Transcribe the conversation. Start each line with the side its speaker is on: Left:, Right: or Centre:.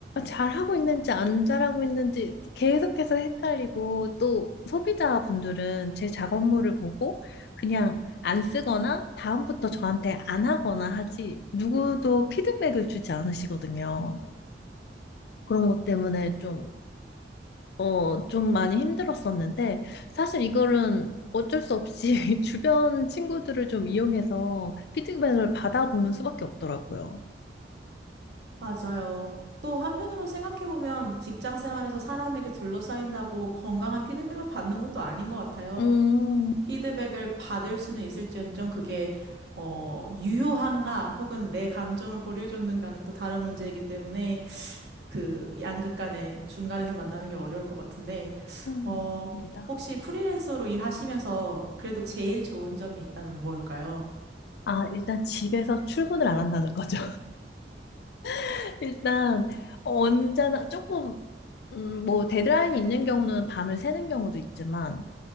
Left: 잘 하고 있는지 안 잘하고 있는지 계속해서 헷갈리고 또 소비자분들은 제 작업물을 보고 그냥 안 쓰거나 다음부터 저한테 안 하거나 하지 누구도 피드백을 주지 않으시거든요. 그런 것 때문에 좀 어, 좀 많이 힘들었었는데, 사실 이거는 어쩔 수 없이 <laughs> 주변 친구들을 좀 이용해서 피드백을 받아보는 수밖에 없더라고요.
Right: 맞아요. 또 한편으로 생각해보면 직장 생활에서 사람에게 둘러싸인다고 건강한 피드백을 받는 것도 아닌 것 같아요.
Left: 음,
Right: 피드백을 받을 수는 있을지언정 그게 어, 유효한가 혹은 내 감정을 고려해줬는가는 또 다른 문제이기 때문에 그 양극 간의 중간에서 만나는 게 어려울 것 같은데
Left: 음,
Right: 어,
Left: 맞습니다.
Right: 혹시 프리랜서로 일하시면서 그래도 제일 좋은 점이 있다면 뭘까요?
Left: 아, 일단 집에서 출근을 안 한다는 거죠. <laughs> 일단, 언제나 조금, 음, 뭐, 데드라인이 있는 경우는 밤을 새는 경우도 있지만,